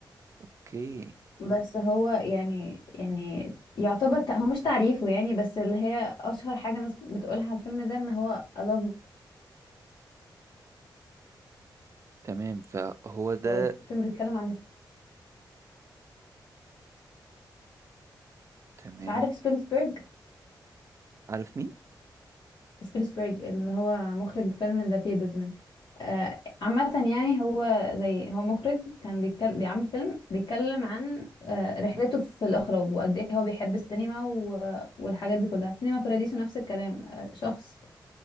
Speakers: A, on the right; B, on the left.
A: اوكي
B: بس هو يعني يعني يعتبر تق- هو مش تعريفه يعني بس اللي هي اشهر حاجه ناس بتقولها على الفيلم ده ان هو I love
A: تمام فهو ده
B: هو فيلم بيتكلم عن الس-
A: تمام
B: عارف سبيلسبرج
A: عارف مين
B: سبيلسبرج اللي هو مخرج فيلم ذا فيبرزمان آه عامه يعني هو زي هو مخرج كان بيتكلم بيعمل فيلم بيتكلم عن آه رحلته في الاخراج وقد ايه هو بيحب السينما و... والحاجات دي كلها سينما باراديسو نفس الكلام آه شخص